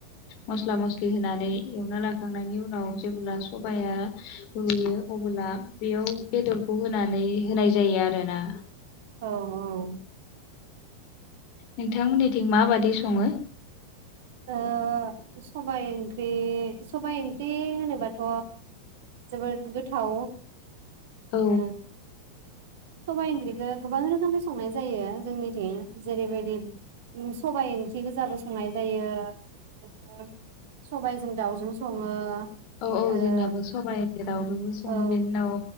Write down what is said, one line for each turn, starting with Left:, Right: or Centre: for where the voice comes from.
Left: मस्ला मस्लि होनानै एवना लाखांनायनि उनाव जेब्ला सबाया रुयो अबोला बेयाव बेदरखौ होनानै होनाय जायो आरोना।
Right: औ औ
Left: नोंथांमोननिथिं माबादि सङो?
Right: ओ सबाय ओंख्रि सबाय ओंख्रि होनोबाथ' जोबोद गोथाव।
Left: औ
Right: ओम सबाय ओंख्रिखो गोबां रोखोमनि संनाय जायो जोंनिथिं जेरैबायदि सबाय ओंख्रि गोजाबो संनाय जायो आरो सबाइजों दाउजों सङो।
Left: औ औ
Right: आरो
Left: जोंनाबो सबाइ दाावजोंबो सङो
Right: औ
Left: बेनि उनाव